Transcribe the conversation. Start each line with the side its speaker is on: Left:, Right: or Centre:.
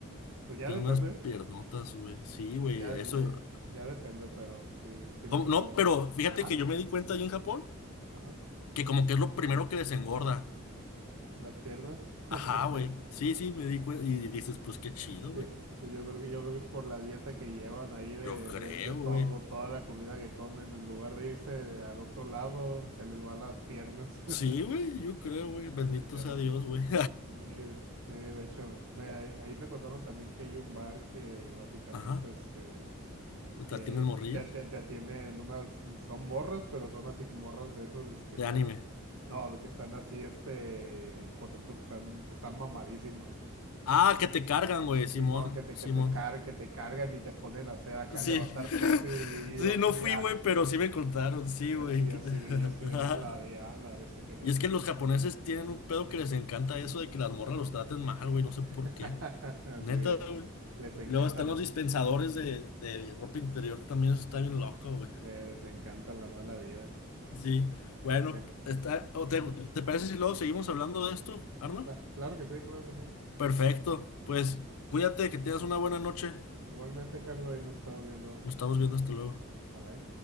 Right: pues ya
Left: Tienen
Right: depende,
Left: unas piernotas, güey. Sí, güey,
Right: ya,
Left: eso.
Right: de- ya, ya depende, pero sí, sí me
Left: ¿Cómo?
Right: ha tocado
Left: No, pero
Right: ver.
Left: fíjate
Right: Ajá,
Left: que yo me di cuenta allí en Japón
Right: ajá.
Left: que como que es lo primero que les engorda.
Right: Las piernas. <laughs>
Left: Ajá, güey. Sí, sí, me di cuenta. Y dices, pues qué chido,
Right: Sí,
Left: güey.
Right: sí, yo creo que, yo creo que es por la dieta que llevan ahí de,
Left: Yo creo,
Right: de, de todo,
Left: güey.
Right: toda la comida que comen. En lugar de irse al otro lado, se les van las piernas, <laughs>
Left: Sí, güey, yo creo, güey. Bendito
Right: literal.
Left: sea Dios, güey. <laughs>
Right: Y, eh, de hecho, me- ahí me contaron también que hay un bar que básicamente
Left: Ajá.
Right: este
Left: ¿Te
Right: eh,
Left: atienden morrillas?
Right: te, te- te atienden unas, son morras, pero son así como morras de esas que
Left: De
Right: están
Left: anime.
Right: así, no, que están así, este, por ejemplo, que están, que están mamadísimas.
Left: Ah, que te cargan, güey, Simón,
Right: Simón, que te,
Left: Simón.
Right: que te car- que te cargan y te ponen a hacer acá
Left: Sí,
Right: levantar peso
Left: <laughs>
Right: y, y yo
Left: sí,
Right: así
Left: no
Right: de
Left: fui,
Right: ah,
Left: güey, pero sí me contaron, sí,
Right: y
Left: güey.
Right: así,
Left: que-
Right: así
Left: <laughs>
Right: de, y así de ala, de ala, ese qué loco.
Left: Y es que los japoneses tienen un pedo que les encanta eso de que las morras los traten mal, güey, no sé por
Right: <laughs>
Left: qué. Neta,
Right: Sí,
Left: güey.
Right: les encanta
Left: Y luego están
Right: la,
Left: los dispensadores de, de ropa interior, también eso está bien loco, güey.
Right: les encanta la mala vida.
Left: Sí, bueno,
Right: Bueno,
Left: está, o te, ¿te parece si luego seguimos hablando de esto, Arno?
Right: cla- claro que sí, claro que sí.
Left: Perfecto, pues cuídate, que tengas una buena noche.
Right: Igualmente, Carlos, y nos estamos viendo.
Left: Nos estamos viendo, hasta luego.
Right: Bye.